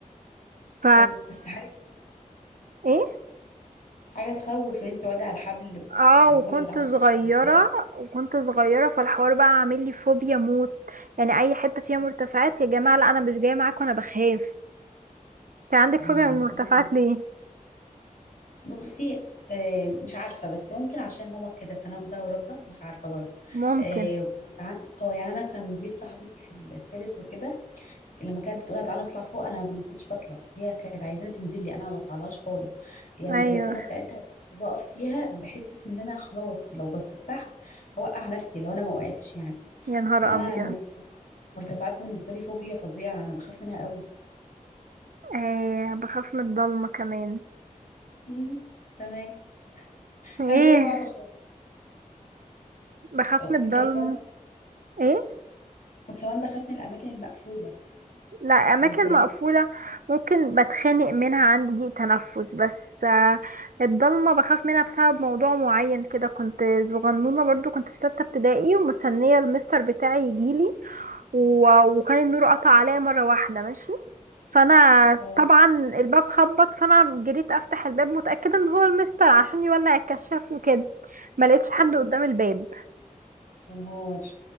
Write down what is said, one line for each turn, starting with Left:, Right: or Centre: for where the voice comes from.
Right: ف
Left: ايوه بس حاجه
Right: ايه
Left: حاجة تخوف ان انت واقع على الحبل
Right: اه
Left: وتضر
Right: وكنت
Left: العين
Right: صغيرة
Left: ده
Right: وكنت صغيرة فالحوار بقى عامل لي فوبيا موت يعني اي حتة فيها مرتفعات يا جماعة لا انا مش جاية معاكم انا بخاف انت عندك
Left: مم.
Right: فوبيا من المرتفعات
Left: ممكن.
Right: ليه
Left: بصي آه مش عارفة بس ممكن عشان ماما كده فانا واخدها وراثة مش عارفة برضه
Right: ممكن
Left: اه عن- آه، يعني انا كان بيت صاحبتي في السادس وكده لما كانت بتقول لها تعالى نطلع فوق انا ما كنتش بطلع هي كانت عايزاني تنزل لي انا ما بطلعلهاش خالص يعني
Right: ايوه
Left: البلكونة بتاعتها دي بقف فيها بحس ان انا خلاص لو بصيت تحت هوقع نفسي لو انا ما وقعتش يعني
Right: يا نهار
Left: فانا
Right: ابيض
Left: المرتفعات المرتفعات بالنسبة لي فوبيا فظيعة انا بخاف منها قوي
Right: آه بخاف من الضلمة كمان
Left: امم تمام احنا
Right: ايه
Left: زي بعض خالص
Right: بخاف
Left: اه
Right: من الضلمة
Left: بحكاية
Right: ايه
Left: وكمان بخاف من الاماكن المقفوله
Right: لا اماكن
Left: او الضيقه
Right: مقفولة ممكن بتخانق منها عندي ضيق تنفس بس آه الضلمة بخاف منها بسبب موضوع معين كده كنت صغنونة برضو كنت في ستة ابتدائي ومستنية المستر بتاعي يجيلي و... وكان النور قطع عليا مرة واحدة ماشي فانا
Left: اه
Right: طبعا الباب خبط فانا جريت افتح الباب متأكدة ان هو المستر عشان يولع الكشاف وكده ما لقيتش حد
Left: مم.
Right: قدام الباب
Left: يا نهار